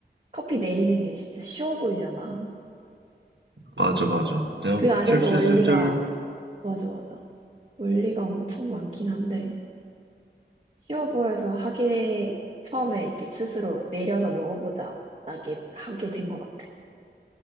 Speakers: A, on the right; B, on the right.
A: 커피 내리는 게 진짜 쉬워 보이잖아.
B: 맞아, 맞아. 내가
A: 그 안에도
B: 쫄쫄쫄쫄.
A: 원리가 맞아, 맞아. 원리가 엄청 많긴 한데 쉬워 보여서 하게 처음에 이렇게 스스로 내려서 먹어보자 하게 하게 된 것 같아.